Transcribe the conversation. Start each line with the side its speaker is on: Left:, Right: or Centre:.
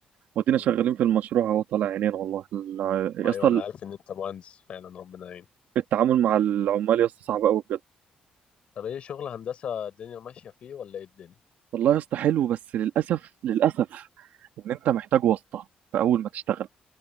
Right: وادينا
Left: مم.
Right: شغالين في المشروع اهو طالع عينينا والله ال- يا
Left: ايوه
Right: اسطى
Left: انا عارف ان انت مهندس فعلا ربنا يعين
Right: التعامل مع العمال يا اسطى صعب قوي بجد
Left: طب ايه شغل هندسه الدنيا ماشيه فيه ولا ايه الدنيا
Right: والله يا اسطى حلو بس للاسف للاسف ان انت محتاج واسطه في اول ما تشتغل